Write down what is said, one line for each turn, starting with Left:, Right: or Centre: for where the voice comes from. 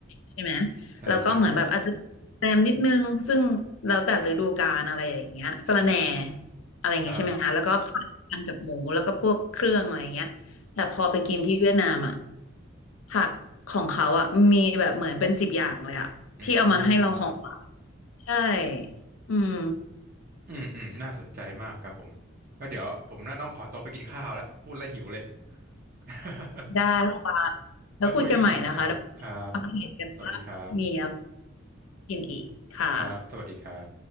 Left: ใช่ไหม
Right: ใช่ใช่
Left: แล้วก็เหมือนแบบอาจจะแซมนิดนึงซึ่งแล้วแต่ฤดูกาลอะไรอย่างเงี้ยสะระแหน่อะไรอย่างงี้ใช่ไหมคะแล้วก็ผัดกันกับหมูแล้วก็พวกเครื่องอะไรอย่างเงี้ยแต่พอไปกินที่เวียดนามอ่ะ
Right: ครับ
Left: ผักของเขาอ่ะมีแบบเหมือนเป็นสิบอย่างเลยอ่ะที่เอามาให้เราห่ออะ
Right: อืม
Left: ใช่อืม
Right: อืมอืมน่าสนใจมากครับผมก็เดี๋ยวผมน่าต้องขอตัวไปกินข้าวแล้วพูดแล้วหิวเลย <laughs>
Left: ได้ค่ะแล้วคุยกันใหม่นะคะเดี๋ยว
Right: ไว้คุยกันใหม่ครับครับ
Left: อัปเดตกันว่ามีอะไร
Right: สวัสดีครับ
Left: กินอีกค่ะ
Right: ครับสวัสดีครับ